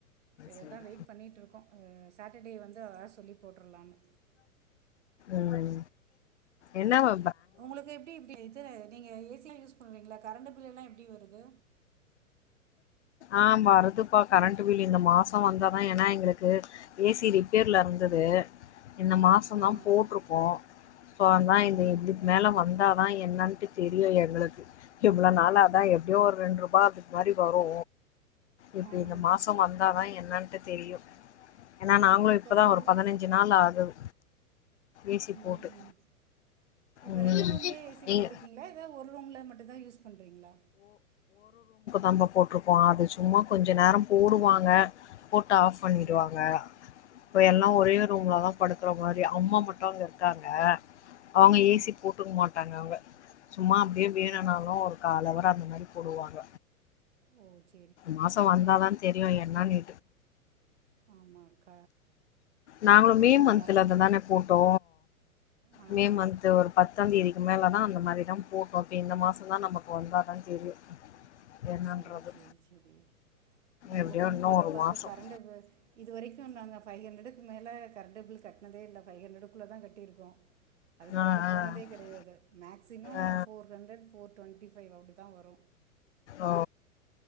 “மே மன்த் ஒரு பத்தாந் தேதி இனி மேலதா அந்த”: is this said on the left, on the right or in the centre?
Left